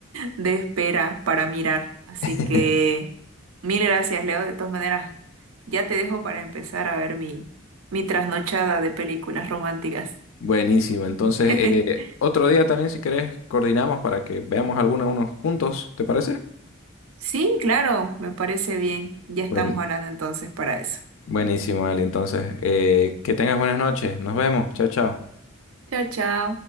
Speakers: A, on the right (about 85°); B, on the left (about 75°).
A: <laughs> de espera para mirar. Así
B: <laughs>
A: que mil gracias, Leo. De todas maneras, ya te dejo para empezar a ver mi, mi trasnochada de películas románticas.
B: Buenísimo. Entonces,
A: <laughs>
B: eh, otro día también, si querés, coordinamos para que veamos alguna unos juntos, ¿te parece?
A: Sí, claro, me parece bien. Ya estamos
B: Buen-
A: hablando entonces para eso.
B: buenísimo, Ali. Entonces, eh, que tengas buenas noches. Nos vemos. Chao, chao.
A: Chao, chao.